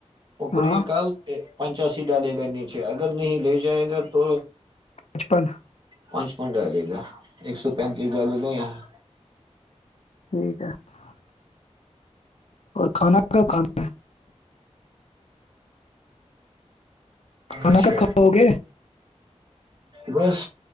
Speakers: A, on the right; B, on the left.
A: اوپری
B: ہاں
A: کل <unintelligible> پنچاسی ڈالے گا نیچے اگر نہیں لے جائے گا تو
B: بچپن <unintelligible>
A: پانچپن ڈالے گا ایک سو پینتیس ڈالے گا یہاں
B: ٹھیک ہے <unintelligible> اور کھانا کب کھانا ہے کھانا
A: اچھا
B: کب کھاو گے <unintelligible>
A: بس